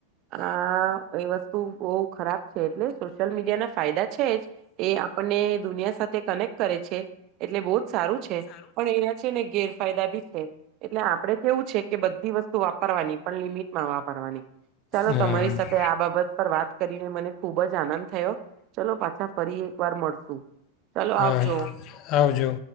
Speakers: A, on the right; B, on the left.
A: આ એ વસ્તુ બહુ ખરાબ છે એટલે સોશિયલ મીડિયા ના ફાયદા છે જ એ આપણને દુનિયા સાથે કનેક્ટ કરે છે એટલે બહુ જ સારું છે પણ એના છે ને ગેરફાયદા બી છે. એટલે આપડે કેવું છે કે બધી વસ્તુ વાપરવાની પણ લિમિટમાં વાપર પરવાની ચાલો
B: હા
A: તમારી સાથે આ બાબત પર વાત કરીને મને ખુબ જ આનંદ થયો ચલો પાછા ફરી એક વાર મળશું. ચલો
B: હા
A: આવજો
B: આવજો.